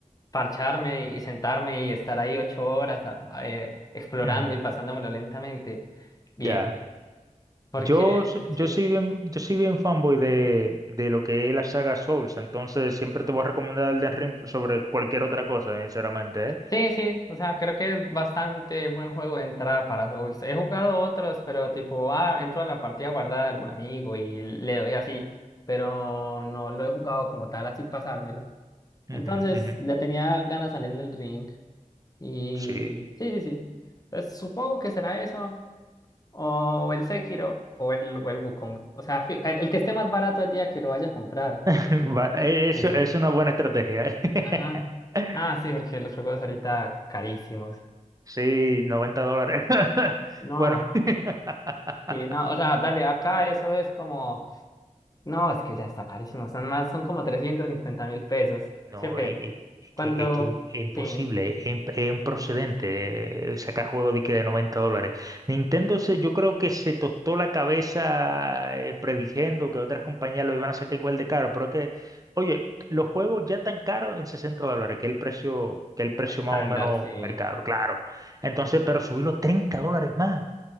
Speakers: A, on the left; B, on the right.
A: parcharme y sentarme y estar ahí ocho horas a- eh, explorando
B: ujú,
A: y pasándomelo lentamente. Bien,
B: ya.
A: porque
B: Yo, s- yo
A: sí.
B: soy bien, yo soy bien fanboy de, de lo que es la saga Souls, entonces siempre te voy a recomendar Elden Ring sobre cualquier otra cosa, eh, sinceramente, ¿eh?
A: Sí, sí, o sea, creo que es bastante buen juego de entrada para Souls. He jugado otros, pero tipo, ah, entro a la partida guardada de algún amigo y le doy así, pero no lo he jugado como tal, así pasármelo. Entonces
B: Ujú, ujú.
A: le tenía ganas de salir del ring. Y
B: Sí.
A: sí, sí, sí. Entonces supongo que será eso. O el Sekiro o el, o el Wukong. O sea, fi- el, el que esté más barato el día que lo vaya a comprar.
B: <laughs> Va, Es,
A: Ese.
B: es una buena estrategia, ¿eh?
A: Ajá.
B: <laughs>
A: Ah, sí, porque los juegos ahorita carísimos.
B: Sí, 90 dólares. <laughs>
A: No,
B: Bueno. <laughs>
A: sí, no. O sea, dale, acá eso es como. No, es que ya está carísimo. Son más, son como trescientos cincuenta mil pesos.
B: No,
A: ¿Sí o qué?
B: es, es- es
A: Cuando.
B: que, es que es imposible,
A: Sí,
B: es, imp- es improcedente eh, sacar juegos de que de 90 dólares. Nintendo se, yo creo que se tostó la cabeza eh, predigiendo que otras compañías lo iban a sacar igual de caro, pero que, oye, los juegos ya tan caros en 60 dólares, que es el precio, que es el precio
A: estándar,
B: más o menos
A: sí.
B: mercado, claro. Entonces, pero subirlo 30 dólares más,